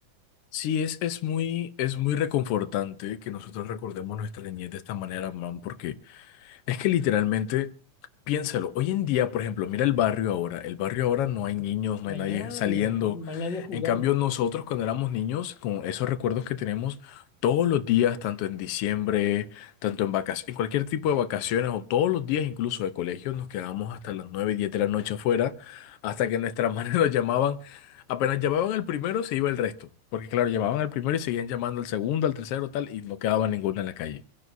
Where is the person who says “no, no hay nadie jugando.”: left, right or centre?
Left